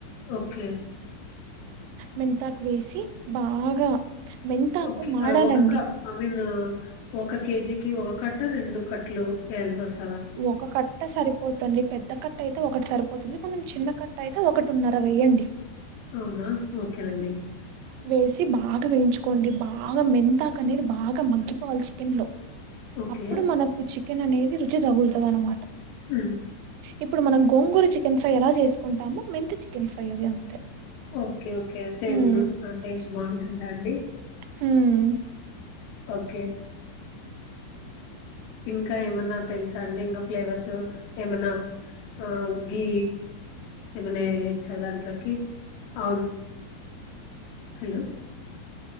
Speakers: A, on the left; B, on the right.
A: ఓకే
B: మెంతాకు వేసి బాగా మెంతాకు
A: ఒకే
B: మాడాలండి
A: ఒకక్క ఐ మీన్ ఒక కేజీకి ఒక కట్ట రెండు కట్టలు వేయాల్సి వస్తంది
B: ఒక కట్ట సరిపోతుండి పెద్ద కట్ట అయితే ఒకటి సరిపోతుంది కొంచం చిన్న కట్ట అయితే ఒకటి ఉన్నరవై వేయండి
A: అవునా ఓకేనండి
B: వేసి బాగా వేయించుకోండి బాగా మెంతాక అనేది బాగా మగ్గిపోవాలి చికెన్ లో
A: ఓకే
B: అప్పుడు మనకు చికెన్ అనేది రుచి తగులుతుంది అనమాట
A: ఉమ్,
B: ఇప్పుడు మనం గోంగూరు చికెన్ ఫ్రై ఎలా చేసుకుంటాము మెంథి చికెన్ ఫ్రై అది అంతే
A: okay okay same
B: hmm
A: taste బాగుంటుంద అండి
B: హ్మ్మ్
A: ఓకే ఇంకా ఏమనా తెలుసా అండి ఇంకా ఫ్లేవర్స్ ఏమనా ఆ గి ఏమైన్నా వేయొచ దాంట్లోకి అవున hello